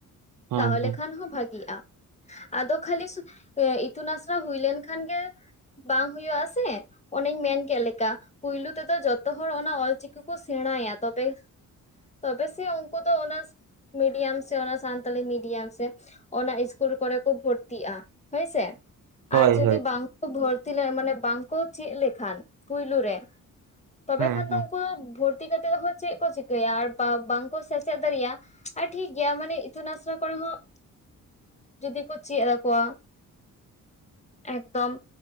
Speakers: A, on the right; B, on the left.
A: ᱦᱮᱸ
B: ᱛᱟᱦᱚᱞᱮ
A: ᱦᱮᱸ
B: ᱠᱷᱟᱱ ᱦᱚᱸ ᱵᱷᱟᱜᱤᱜᱼᱟ ᱟᱫᱚ ᱠᱷᱟᱹᱞᱤ ᱥᱩ ᱤᱛᱩᱱ ᱟᱥᱲᱟ ᱦᱩᱭᱞᱱᱠᱷᱟᱱ ᱜᱮ ᱵᱟᱝ ᱦᱩᱭᱩᱜ ᱟᱥᱮ ᱚᱱᱮᱧ ᱢᱮᱱᱠᱮᱫ ᱞᱮᱠᱟ ᱯᱩᱭᱞᱩ ᱛᱮᱫᱚ ᱡᱚᱛᱚ ᱦᱚᱲ ᱚᱱᱟ ᱚᱞᱪᱤᱠᱤ ᱠᱚ ᱥᱮᱬᱟᱭᱟ ᱛᱚᱵᱮ ᱛᱚᱵᱮ ᱥᱮ ᱩᱱᱠᱩ ᱫᱚ ᱚᱱᱟ ᱢᱤᱰᱤᱭᱟᱢ ᱥᱮ ᱚᱱᱟ ᱥᱟᱱᱛᱟᱞᱤ ᱢᱤᱰᱤᱭᱟᱢ ᱥᱮ ᱚᱱᱟ ᱤᱥᱠᱩᱞ ᱠᱚᱨᱮ ᱠᱚ ᱵᱷᱩᱨᱛᱤᱜᱼᱟ ᱦᱳᱭᱥᱮ
A: ᱦᱳᱭ
B: ᱟᱨ ᱡᱩᱫᱤ
A: ᱦᱳᱭ
B: ᱵᱟᱝᱠᱚ ᱵᱷᱚᱨᱛᱤᱜ <unintelligible> ᱢᱟᱱᱮ ᱵᱟᱝᱠᱚ ᱪᱮᱫ ᱞᱮᱠᱷᱟᱱ ᱯᱩᱭᱞᱩ ᱨᱮ ᱛᱚᱵᱮ
A: ᱦᱮᱸ
B: ᱠᱷᱟᱱ
A: ᱦᱮᱸ
B: ᱫᱚ ᱩᱱᱠᱩ ᱫᱚ ᱵᱷᱚᱛᱤ ᱵᱷᱩᱨᱛᱤ ᱠᱟᱛᱮᱫ ᱦᱚᱸ ᱪᱮᱫ ᱠᱚ ᱪᱤᱠᱟᱹᱭᱟ ᱟᱨ ᱵᱟᱝᱠᱚ ᱥᱮᱪᱮᱫ ᱫᱟᱲᱮᱭᱟᱜᱼᱟ ᱟᱨ ᱴᱷᱤᱠ ᱜᱮᱭᱟ ᱢᱟᱱᱮ ᱤᱛᱩᱱ ᱟᱥᱲᱟ ᱠᱚᱨᱮ ᱦᱚᱸ ᱡᱩᱫᱤ ᱠᱚ ᱪᱮᱫ ᱟᱠᱚᱣᱟ ᱮᱠᱫᱚᱢ